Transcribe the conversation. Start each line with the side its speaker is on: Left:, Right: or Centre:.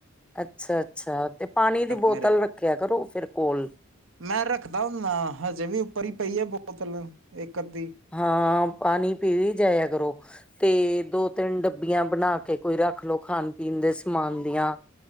Centre: ਅੱਛਾ ਅੱਛਾ ਤੇ ਪਾਣੀ ਦੀ ਬੋਤਲ
Right: ਮੇਰੇ
Centre: ਰੱਖਿਆ ਕਰੋ ਫਿਰ ਕੋਲ
Right: ਮੈਂ ਰੱਖਦਾ ਹੁੰਨਾ ਹਜੇ ਵੀ ਉੱਪਰ ਹੀ ਪਈ ਐ ਬੋਤਲ ਇੱਕ ਅੱਧੀ
Centre: ਹਾਂ ਪਾਣੀ ਪੀ ਵੀ ਜਾਇਆ ਕਰੋ। ਤੇ ਦੋ ਤਿੰਨ ਡੱਬੀਆਂ ਬਣਾ ਕੇ ਕੋਈ ਰੱਖ ਲਓ ਖਾਣ ਪੀਣ ਦੇ ਸਮਾਨ ਦੀਆਂ।